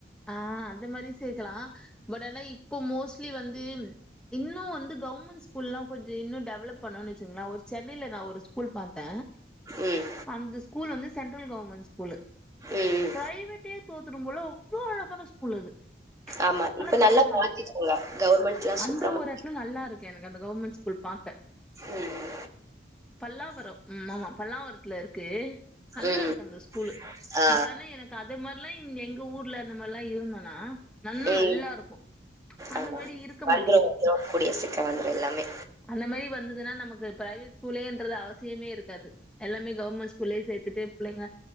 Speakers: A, in the centre; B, on the right (about 20°).
A: ஆஹ் அந்த மாரி சேர்க்கலா பட் ஆன இப்போ மூ மோஸ்லி வந்தி இன்னும் வந்து கவ்மெண்ட் ஸ்கூல்லாம் கொஞ்சம் இன்னும் டெவலப் பண்ணும்ன்னனு வச்சங்களேன் ஒரு சென்னனைில நான் ஒரு ஸ்கூல் பாத்தேன்
B: ம், ம்.
A: அந்த ஸ்கூல் வந்து சென்ட்ரல் கவர்மெண்ட் ஸ்கூல்
B: ம்.
A: பிரைவேட் தோத்துரும் போலோ அவ்ளோ அழகான ஸ்கூல் அது
B: ஆமா.
A: ஆனா
B: இப்ப
A: கவர்மெண்ட்
B: நல்லா மாத்திட்டாங்க. கவர்மெண்ட்லாம்
A: அந்த
B: சூப்பரா மா
A: ஒரு இடத்துல நல்லா இருக்கு எனக்கு அந்த கவர்மெண்ட் ஸ்கூல் பாக்க
B: ம், ம்.
A: பல்லாவரம் உம் ஆமா பல்லாவரத்துல இருக் கே நல்லா
B: ம்.
A: இருக்கு அந்த ஸ்கூலு
B: ஆ.
A: பட் ஆனா எனக்கு இந்த மாரிலாம் எங்க ஊர்ல அந்த மாரி எல்லாம் இருந்தோனா நன்னா
B: ம்.
A: நல்லா இருக்கும் அந்த
B: ஆமா.
A: மாரி இருக்க
B: வந்துரும்
A: மாட்டேக்குது
B: வந்துரும். கூடிய சீக்கிரம் வந்துரும் எல்லாமே.
A: அந்த மாரி வந்ததுன்னா நமக்கு பிரைவேட் ஸ்கூலேன்றது அவசியமே இருக் து எல்லாமே கவர்மெண்ட் ஸ்கூல்லயே சேர்த்துட்டு புள்ளைங்க